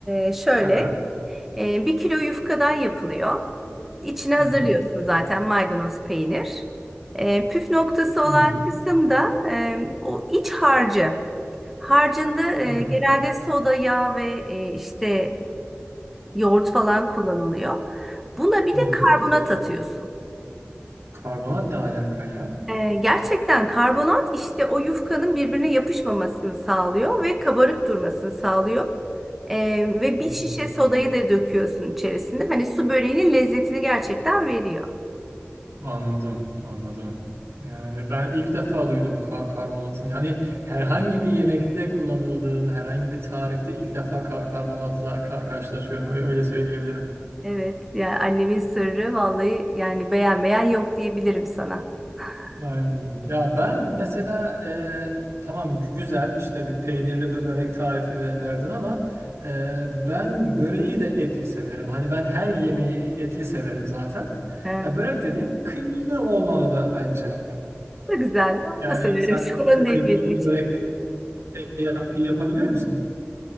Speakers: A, in the centre; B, on the right.
A: E, şöyle.
B: Aha.
A: Ee, bir kilo yufkadan yapılıyor. İçine hazırlıyorsun
B: Hı hı.
A: zaten maydanoz peynir. Ee, püf noktası olan
B: Hı hı.
A: kısım da e, o iç harcı. Harcında e,
B: Hı hı.
A: genelde soda, yağ ve e, işte yoğurt falan kullanılıyor. Buna bir
B: Hı
A: de
B: hı.
A: karbonat atıyorsun.
B: Karbonat ne alaka ya?
A: Ee, gerçekten karbonat işte o yufkanın birbirine yapışmamasını sağlıyor ve kabarık durmasını sağlıyor. Ee, ve
B: Hı
A: bir şişe sodayı
B: hı.
A: da döküyorsun içerisine. Hani su böreğinin lezzetini gerçekten veriyor.
B: Anladım, anladım. Yani ben ilk defa duydum ka- karbonatın. Hani herhangi bir yemekte kullanıldığını, herhangi bir tarifte ilk defa ka- karbonatla ka- karşılaşıyorum. Ö- Öyle söyleyebilirim.
A: Evet, yani annemin sırrı vallahi yani beğenmeyen yok diyebilirim sana. <laughs>
B: Aynen. Ya ben mesela e, tamam gü- güzel işte bir peynirli bö- börek tarifi ve- verdin ama e, ben böreği de etli severim. Hani ben her yemeği etli severim zaten.
A: Evet.
B: Ya börek dediğin kıymalı olmalı be- bence.
A: Çok güzel. Ben
B: Yani
A: de severim.
B: sen
A: <laughs> Sorun
B: kı-
A: değil
B: kıymalı
A: benim
B: bir
A: için.
B: börek yap- yapabiliyor musun?